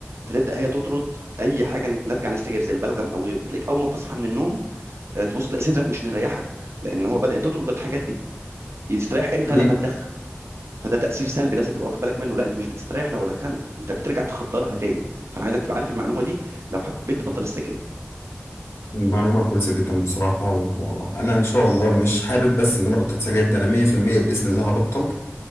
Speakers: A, on the right; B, on the left.
A: فتبدا هي تطرد اي حاجه ناتجه عن السجاير زي البلغم او غيره فتلاقيك اول ما بتصحى من النوم آه، تبص تلاقي صدرك مش مريحك لان هو بدات تطرد الحاجات دي يستريح امتى
B: دي
A: لما تدخن فده تأثير سلبي لازم تبقى واخد بالك منه لا انت مش بتستريح لو دخنت انت بترجع تخدرها تاني فانا عايزك تبقى عارف المعلومة دي لو حبيت تبطل السجاير
B: معلومة كويسة جدا بصراحة وأنا إن شاء الله مش حابب بس إن أنا بطلت سجاير ده أنا 100% بإذن الله هبطل